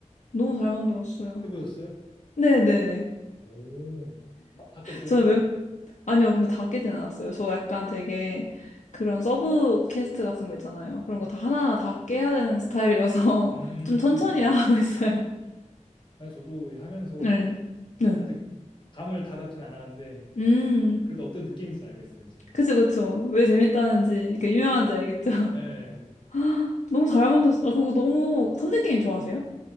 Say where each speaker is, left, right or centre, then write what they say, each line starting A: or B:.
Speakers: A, on the left; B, on the left.
A: 너무
B: 어,
A: 잘 만들었어요.
B: 해보셨어요?
A: 네네네.
B: 오, 바- 봤겠어요?
A: 저는 웬, 아니요, 근데 다 깨진 않았어요. 저 약간 되게 그런 서브 퀘스트 같은 거 있잖아요. 그런 거 다 하나하나 다 깨야 되는 스타일이어서
B: 음,
A: <laughs> 좀 천천히 하고 있어요.
B: 아, 저도 하면서
A: <laughs> 네. 네.
B: 아직 감을 다 잡진 않았는데,
A: 음,
B: 그래도 어떤 느낌인지는 알겠어요, 지금.
A: 그쵸, 그쵸. 왜 재밌다는지, 이렇게 유명한지 알겠죠?
B: 예.
A: <laughs> 너무 잘 만들었어. 아, 그거 너무, 턴제 게임 좋아하세요?